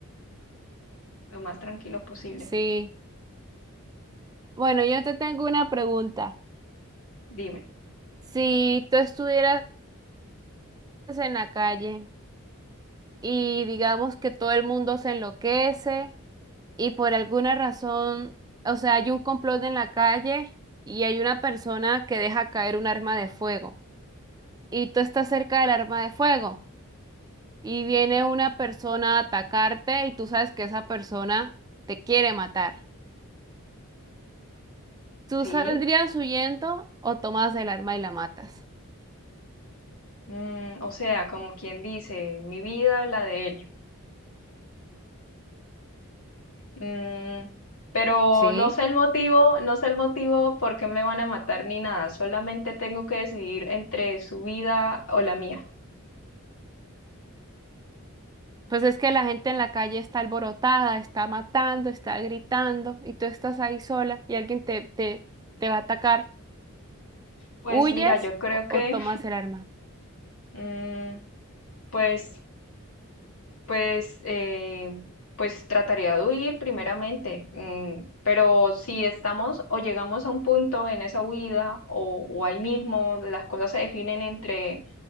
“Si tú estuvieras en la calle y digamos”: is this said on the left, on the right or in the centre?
Right